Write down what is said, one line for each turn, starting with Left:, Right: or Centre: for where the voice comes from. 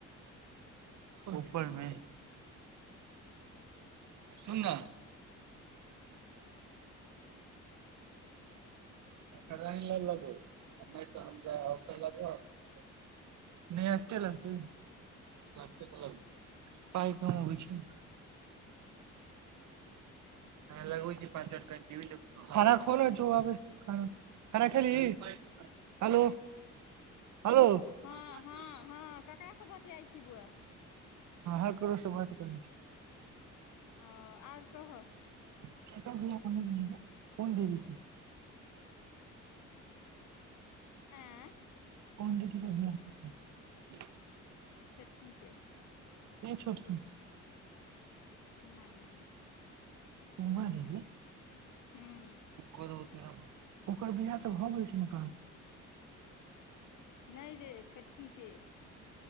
Right: ऊपरमे
Left: <unintelligible>
Right: सुन नै अच्छा लाइन ल लगब नहि तऽ लगब नहि आत लागत लतै तऽ लग पइ कमाबै छै ह लगबै छी पाँच मिनट कनि खाना खो ने जो आबै खाना खेलहि हेलो हेलो ह
Left: हँ हँ
Right: ह
Left: हँ ककरासँ बतियाइ छी बौआ
Right: ह ककरा से बतियाय छी ही कहाँ ककरो से बतियाय छियै
Left: ह आर कहय
Right: <unintelligible>
Left: आँय
Right: <unintelligible>
Left: छोटकी के
Right: के छोटकी
Left: उमा दीदी
Right: उमा दीदी
Left: हूँ
Right: हेलो ओकर बिआह तऽ भऽ गेल छै ने
Left: नहि रे छोटकी के